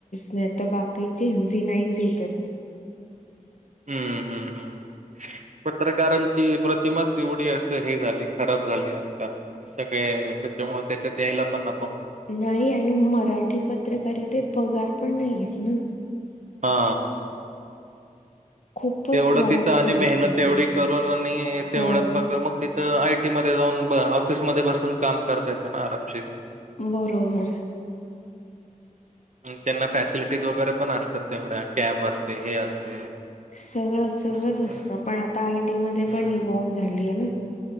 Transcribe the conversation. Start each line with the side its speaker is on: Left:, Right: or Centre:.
Left: नाही तर बाकी झेंझी नाहीच येतात
Right: हम्म हम्म हम्म पत्रकारांची प्रतिमाच एवढी असे हे झाली खराब झाली आजकाल सगळे त्याच्यामु त्याच्यात यायला पण न
Left: नाही आणि मराठी पत्रकारितेत पगार पण नाही घेत ना
Right: हा
Left: खूपच
Right: तेवढं
Left: वाईट
Right: तिथं आणि
Left: परिस्थिती
Right: मेहनत एवढी
Left: आहे.
Right: करून आणि तेवढं
Left: हो
Right: प मग तिथं ऐक ी म जाऊन ऑफिसमध्येध्ये बसून काम करता येतो ना आरामशीर
Left: बरोबर
Right: ह् त्यांना फॅसिलिटीज वगैरे पण असतात तेवढ्या कॅब असते हे असते
Left: सगळंच सगळंच
Right: तसं
Left: असतं
Right: तर
Left: पण आता आयटी मध्ये
Right: हं.
Left: पण ही बॉम्ब झाली आहे ना